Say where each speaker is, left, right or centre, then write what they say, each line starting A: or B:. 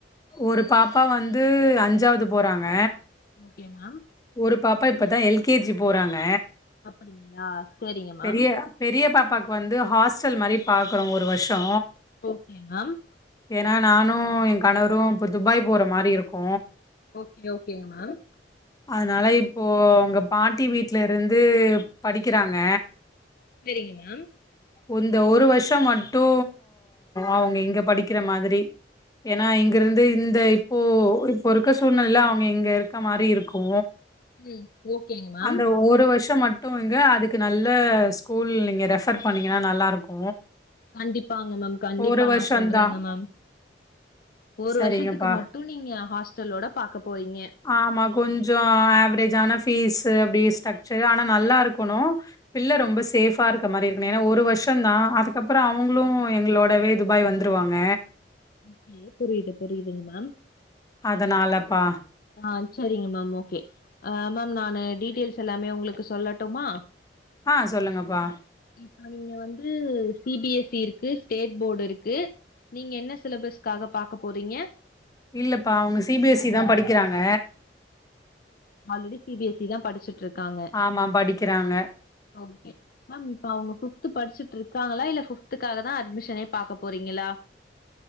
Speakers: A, on the left; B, on the left.
A: ஒரு பாப்பா வந்து அஞ்சாவது போறாங்க
B: ஓகே மேம்
A: ஒரு பாப்பா இப்ப தா எல் கே ஜி போறாங்க
B: அப்படிங்களா செரிங்க மேம்
A: பெரிய பெரிய பாப்பாக்கு வந்து ஹாஸ்டல் மாரி பாக்கறோ ஒரு வர்ஷோ
B: ஓகே மேம்
A: ஏனா நானு என் கணவரு இப்ப துபாய் போற மாரி இருக்கு
B: ஓகே ஓகேங்க மேம்
A: அதுனால இப்போ அவங்க பாட்டி வீட்ல இருந்து படிக்கிறாங்க
B: சரிங்க மேம்
A: உந்த ஒரு வர்ஷோ மட்டு அவங்க இங்க படிக்கிற மாதிரி ஏனா இங்கருந்து இந்த இப்போ இப்போ இருக்க சூழ்நில அவங்க இங்க மாரி இருக் கு
B: ம் ஓகேங்க மேம்
A: அந்த ஒரு வர்ஷோ மட் டு இங்க அதுக்கு நல்ல ஸ்கூல் நீங்க ரெஃபர் பண்ணீங்கன்னா நல்லாருக்கு
B: கண்டிப்பாங்க மேம் கண்டிப்பா
A: ஒரு வருஷந்தா
B: நா சொல்றேங்க மேம் ஒரு
A: சரிங்கப்பா
B: வர்ஷத்துக்கு மட்டு நீங்க ஹாஸ்டலோட பாக்க போறீங்க
A: ஆமா கொஞ்சோ ஆவரேஜான ஃபீஸ்சு பேஸ் ஸ்ட்ரக்சர்ரு ஆனா நல்லா இருக்கணு பிள்ள ரொம்ப சேஃபா இருக்க மாரி இருக்கணு ஏனா ஒரு வர்ஷோ தா அதுக்கப்பறோ அவங்களு எங்களோடவே துபாய் வந்துருவாங்க
B: ஓகே புரியிது புரியிதுங்க மேம்
A: அதனாலப்பா
B: ஆ சரிங்க மேம் ஓகே ஆ மேம் நானு டீட்டெயில்ஸ் எல்லாமே உங்களுக்கு சொல்லட்டுமா
A: ஆ சொல்லுங்கப்பா
B: இப்ப நீங்க வந்து சி பி எஸ் இ இருக்கு ஸ்டேட் போர்டு இருக்கு நீங்க என்ன சிலபஸ்க்காக பாக்க போறீங்க
A: இல்லப்பா அவங்க சிபிஎஸ்சி தா படிக்கிறாங்க
B: already C B S C தா படிச்சுட்ருக்காங்க
A: ஆமா படிக்கிறாங்க
B: ஓகே மேம் இப்ப அவங்க ஃபிப்த்து படிச்சிட்ருக்காங்களா இல்ல ஃபிப்துக்காக தா அட்மிஷனே பாக்க போறீங்களா